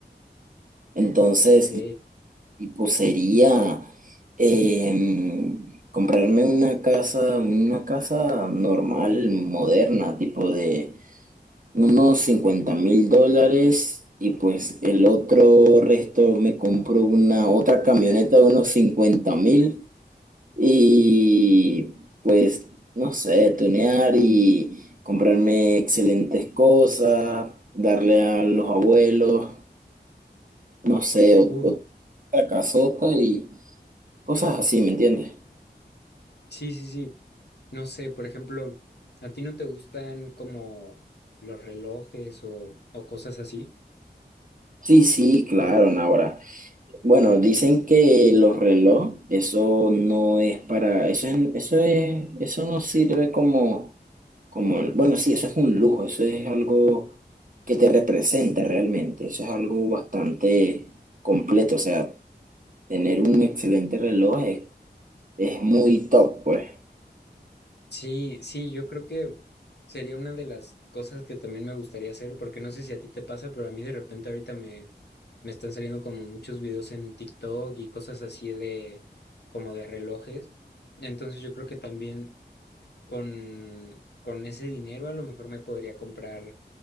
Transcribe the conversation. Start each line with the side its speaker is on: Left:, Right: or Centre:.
Right: Entonces,
Left: Ok.
Right: tipo, sería em, comprarme una casa, una casa normal, moderna, tipo de unos cincuenta mil dólares y pues el otro resto me compro una otra camioneta de unos cincuenta mil y pues, no sé, tunear y comprarme excelentes cosas, darle a los abuelos, no sé, ot-
Left: Uf,
Right: otra casota y... Cosas así, ¿me entiendes?
Left: sí, sí, sí. No sé, por ejemplo, ¿a ti no te gustan como los relojes o, o cosas así?
Right: Sí, sí, claro, no, ahora. Bueno, dicen que los relojes, eso no es para, eso es, eso es, eso no sirve como, como, el- bueno, sí, eso es un lujo, eso es algo que te representa realmente, eso es algo bastante completo, o sea, tener un excelente reloj es, es muy top, pues.
Left: Sí, sí, yo creo que sería una de las cosas que también me gustaría hacer, porque no sé si a ti te pasa, pero a mí de repente ahorita me, me están saliendo como muchos videos en TikTok y cosas así de como de relojes. Entonces yo creo que también con, con ese dinero a lo mejor me podría comprar,